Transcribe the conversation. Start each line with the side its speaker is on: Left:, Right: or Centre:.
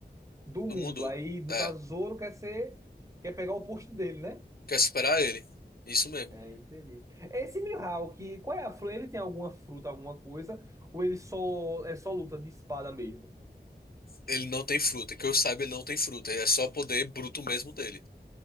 Right: do
Left: Do
Right: mundo.
Left: mundo.
Right: Aí, no
Left: É,
Right: caso, Zoro quer ser, quer pegar o posto dele, né?
Left: quer superar ele. Isso mesmo.
Right: É, entendi. Esse Mihawk, qual é a fruta? Ele tem alguma fruta, alguma coisa? Ou ele só é só luta de espada mesmo?
Left: Ele não tem fruta. Que eu saiba, ele não tem fruta. É só poder bruto mesmo dele.